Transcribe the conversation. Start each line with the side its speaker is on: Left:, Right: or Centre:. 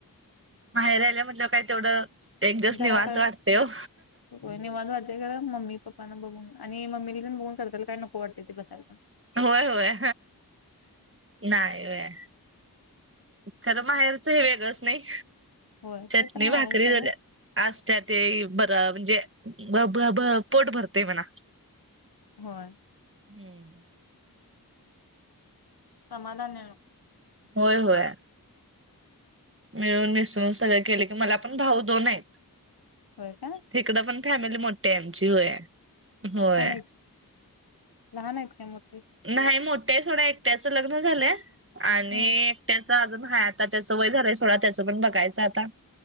Right: माहेरी आल्यावर म्हंटल काय तेवढं एक दिवस
Left: जरा
Right: निवांत
Left: कारण
Right: वाटतंय हो.
Left: होय निवांत वाटतंय खरं, मम्मी पप्पांना बघून. आणि मम्मीला बघून कलकल काय नको वाटते ते <unintelligible>
Right: होय होय. नाही व्हंय. खरं माहेरच हे वेगळंच नाही,
Left: होय
Right: चटणी
Left: ते तर काय
Right: भाकरी
Left: आहे सोडा
Right: जरी आसत्या ते बरं, म्हणजे भ भ भ पोट भरतंय म्हणा.
Left: होय.
Right: हम्म.
Left: समाधान मिळो
Right: होय होय. मिळून मिसळून सगळं केलं की, मला पण भाऊ दोन आहेत.
Left: होय काय
Right: तिकडं पण फॅमिली मोठी आहे आमची. होय होय.
Left: छान आहे की लहान आहेत काय मोठी?
Right: नाही. मोठ्या आहे सोडा एक त्याचं लग्न झालंय आणि
Left: हम्म
Right: त्याच अजून हाय, आता त्याचं वय झालंय सोळा. त्याचं पण बघायचं आता.